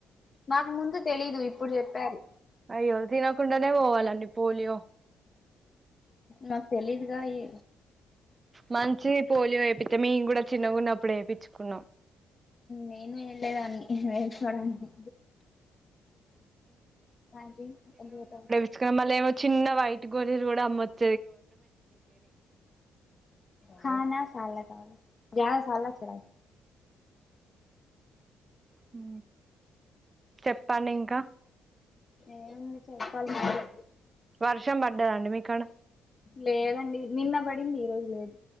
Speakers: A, on the left (about 35°); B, on the right (about 30°).
A: నాకు ముందు తెలీదు ఇప్పుడు చెప్పారు
B: అయ్యో తినకుండానే పోవాలండి పోలియో
A: నాకు తెలిదుగా ఏ
B: మంచి పోలియో వేపిత్తే మేము కూడా చిన్నగున్న అప్పుడు వేయించుకున్నాం
A: నేను వెళ్ళేదాన్ని న వే చూడాన్ని త <unintelligible>
B: ఇ మళ్ళ ఏమో చిన్న వైట్ గోలీలు కూడా అమ్మచ్చు
A: హ నా <unintelligible> <unintelligible> గదా సాల చెడ
B: హు చెప్పండి ఇంకా
A: ఏముంది చెప్పాలి మీరే
B: వర్షం పడ్డదాండి మీకాడా
A: లేదండి నిన్న పడింది ఈ రోజు లేదు